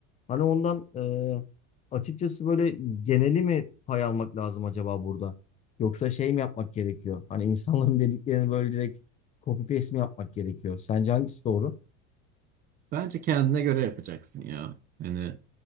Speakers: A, on the left (about 20°); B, on the right (about 30°).
A: Hani ondan e, açıkçası böyle geneli mi pay almak lazım acaba burada? Yoksa şey mi yapmak gerekiyor? Hani insanların <laughs> dediklerini böyle direkt copy paste mi yapmak gerekiyor? Sence hangisi doğru?
B: Bence kendine göre yapacaksın ya. Yani